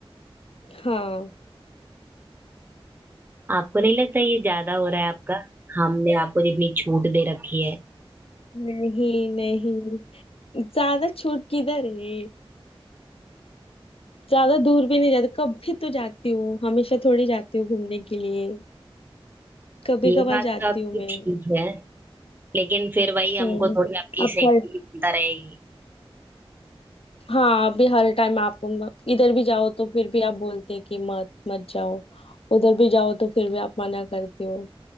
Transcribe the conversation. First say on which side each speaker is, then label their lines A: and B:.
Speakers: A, on the left; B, on the right.
A: हाँ
B: आपको नहीं लगता ये ज्यादा हो रहा है आपका हमने आपको जितनी छूट दे रखी है
A: नहीं नहीं ज्यादा छूट किधर है ज्यादा दूर भी नहीं जाती कभी तो जाती हूँ हमेशा थोड़ी जाती हूँ घूमने के लिए कभी
B: ये
A: कभार
B: बात
A: जाती
B: तो आपकी
A: हूँ मैं
B: ठीक है लेकिन फिर वही हमको
A: हम्म
B: थोड़ी आपकी
A: अब
B: सेफ्टी
A: पर
B: की चिंता रहेगी
A: हाँ अभी हर टाइम आपको म- इधर भी जाओ तो फिर भी आप बोलते हैं कि मत मत जाओ उधर भी जाओ तो फिर भी आप मना करते हो